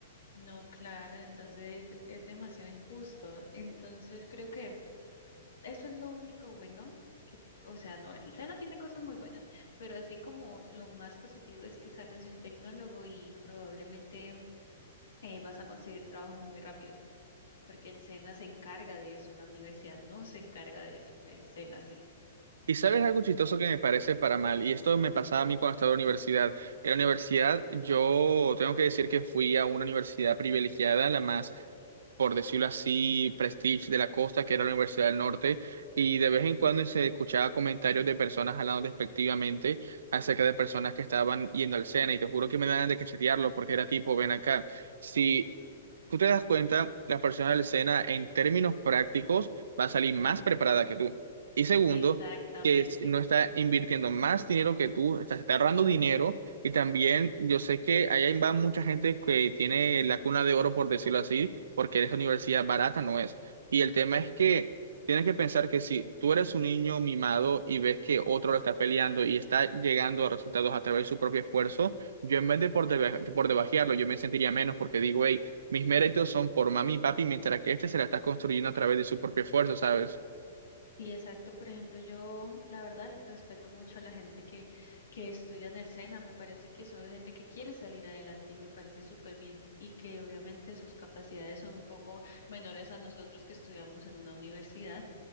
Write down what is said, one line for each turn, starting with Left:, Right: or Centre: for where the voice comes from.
Left: No, claro, entonces es demasiado injusto. Entonces creo que Eso es lo único bueno que, o sea, no, el SENA tiene cosas muy buenas, pero así como lo más positivo es que sales de un tecnólogo y probablemente eh, vas a conseguir trabajo muy rápido, porque el SENA se encarga de eso, la universidad no se encarga de eso, el SENA sí.
Right: Y sabes algo chistoso que me parece para mal, y esto me pasaba a mí cuando estaba en la universidad. En la universidad yo tengo que decir que fui a una universidad privilegiada, la más por decirlo así, prestige de la costa, que era la Universidad del Norte, y de vez en cuando se escuchaba comentarios de personas hablando despectivamente acerca de personas que estaban yendo al SENA, y te juro que me dan ganas de cachetearlo, porque era tipo, ven acá, si tú te das cuenta, la persona de la escena en términos prácticos va a salir más preparada que tú. Y segundo,
Left: Exactamente.
Right: que es- no está invirtiendo más dinero que tú, está, está ahorrando dinero. Y también yo sé que allá va mucha gente que tiene la cuna de oro, por decirlo así, porque esa universidad barata no es. Y el tema es que tienes que pensar que si tú eres un niño mimado y ves que otro lo está peleando y está llegando a resultados a través de su propio esfuerzo, yo en vez de por, deba- por debajearlo, yo me sentiría menos porque digo, "Ey, mis méritos son por mami y papi, mientras que este se la está construyendo a través de su propio esfuerzo, ¿sabes?
Left: Sí, exacto. Por ejemplo, yo la verdad respeto mucho a la gente que, que estudia en el SENA. Me parece que son gente que quiere salir adelante y me parece súper bien. Y que obviamente sus capacidades son un poco menores a nosotros que estudiamos en una universidad.